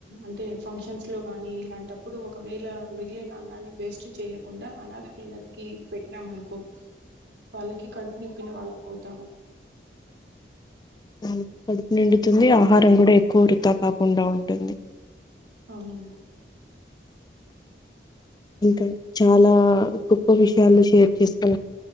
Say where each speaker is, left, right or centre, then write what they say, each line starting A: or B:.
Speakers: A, on the right (about 75°); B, on the left (about 25°).
A: అంటే ఫంక్షన్స్ లో గాని ఇలాంటప్పుడు ఒకవేళ మిగిలిన అన్నాన్ని వేస్ట్ చెయ్యకుండా అనాదా పిల్లలకి పెట్టినాం అనుకో వాళ్ళకి కడుపు నింపిన వాళ్ళకి అవుతాము
B: వాళ్ళుకి కడుపు నిండుతుంది ఆహారం కూడా ఎక్కువ వృతా కాకుండా ఉంటుంది
A: అవునండి
B: <inaudible> ఇంకా చాలా గొప్ప విషయాను షేర్ చేసుకు